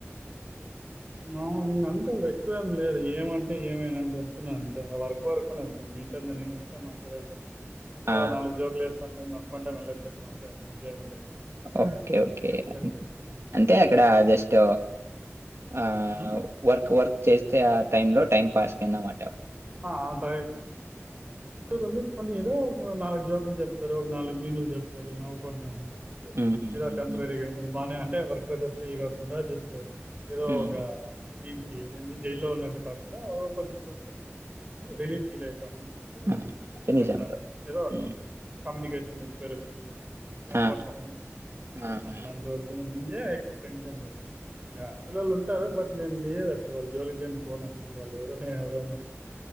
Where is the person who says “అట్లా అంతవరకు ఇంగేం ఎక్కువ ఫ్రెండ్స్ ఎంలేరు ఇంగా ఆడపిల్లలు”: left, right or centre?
Right